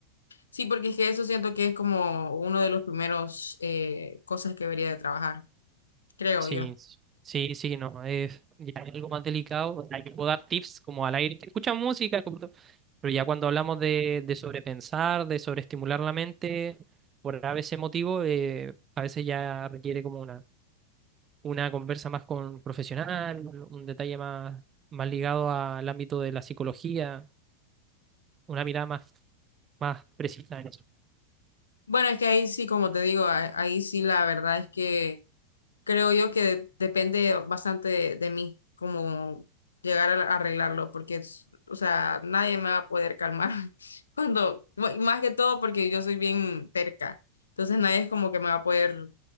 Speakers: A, on the left (about 70°); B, on the right (about 25°).
A: Sí, porque es que eso siento que es como uno de los primeros eh, cosas que debería de trabajar, creo
B: Sí,
A: yo.
B: sí, sí, no, es ya es algo más delicado. O sea, yo puedo dar tips como al aire, escucha música, como to- pero ya cuando hablamos de, de sobrepensar, de sobreestimular la mente, por a veces motivo, eh, a veces ya requiere como una conversa más con un profesional, un detalle más, más ligado al ámbito de la psicología, una mirada más, más precisa en eso.
A: Bueno, es que ahí sí, como te digo, a- ahí sí la verdad es que creo yo que de- depende bastante de, de mí, como llegar a a arreglarlo, porque, es- o sea, nadie me va a poder calmar <laughs> cuando, y más que todo porque yo soy bien terca, entonces nadie es como que me va a poder